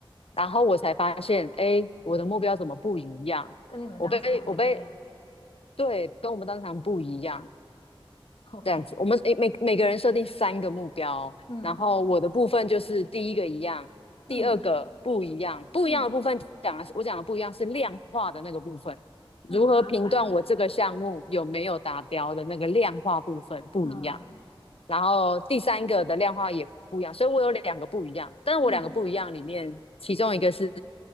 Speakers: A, on the left; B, on the left.
A: 然后我才发现，哎，我的目标怎么不一样？
B: 跟你们当时谈的不一样
A: 我被我被对，跟我们当场不一样，
B: ？OK，
A: 这样子，我们诶每每个人设定三个目标，
B: <laughs> 嗯
A: 然后我的部分就是第一个一样，
B: 嗯
A: 第二个不一样，不一样的部分讲的是我讲的不一样是量化的那个部分，
B: 嗯，
A: 如何评断我这个项目有没有达标的那个量化部分不一样。
B: 那很麻烦呢。嗯
A: 然后第三个的量化也不一样，所以我有两个不一样。但是我两个不一样里面，
B: 嗯，
A: 其中一个是